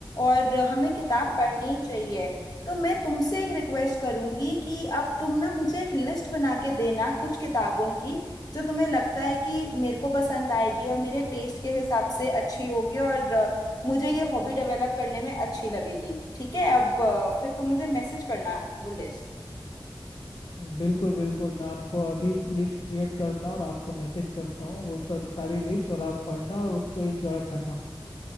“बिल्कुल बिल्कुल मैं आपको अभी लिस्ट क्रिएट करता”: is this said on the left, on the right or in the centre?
Left